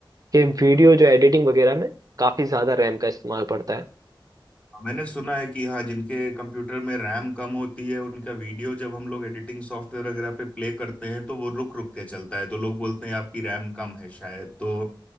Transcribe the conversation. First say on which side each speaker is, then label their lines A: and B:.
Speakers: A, on the right; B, on the left.
A: कि वीडियो जो एडिटिंग वगैरह में काफ़ी ज़्यादा रैम का इस्तेमाल पड़ता है
B: मैंने सुना है कि हाँ जिनके कंप्यूटर में रैम कम होती है उनका वीडियो जब हम लोग एडिटिंग सॉफ्टवेयर वगैरह पे प्ले करते हैं तो वो रुक रुक के चलता है तो लोग बोलते हैं आपकी रैम कम है शायद तो